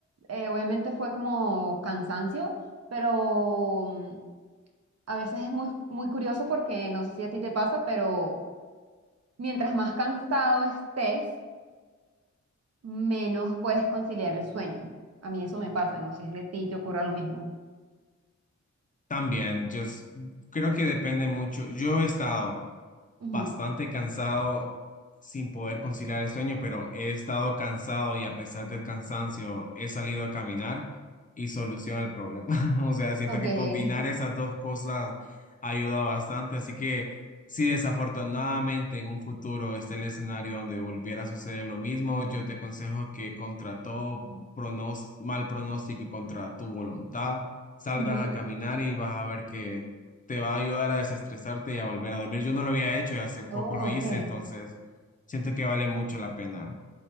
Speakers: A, on the right; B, on the left.
A: eh, obviamente fue como cansancio, pero mm, a veces es muy, muy curioso porque no sé si a ti te pasa, pero Mientras más cansado estés, menos puedes conciliar el sueño. A mí eso me pasa, no sé si a ti te ocurra lo mismo.
B: También, yo s- creo que depende mucho. Yo he estado
A: Ujú.
B: bastante cansado sin poder conciliar el sueño, pero he estado cansado y a pesar del cansancio he salido a caminar y soluciona el problema. <laughs> O sea, siento
A: Ok.
B: que combinar esas dos cosas ayuda bastante, así que si desafortunadamente en un futuro está el escenario donde volviera a suceder lo mismo, yo te aconsejo que contra todo pronos- mal pronóstico y contra tu voluntad,
A: <laughs>
B: salgas
A: Ujú.
B: a caminar y vas a ver que te va a ayudar a desestresarte y a volver a dormir. Yo no lo había hecho y hace poco
A: Oh,
B: lo hice,
A: ok.
B: entonces siento que vale mucho la pena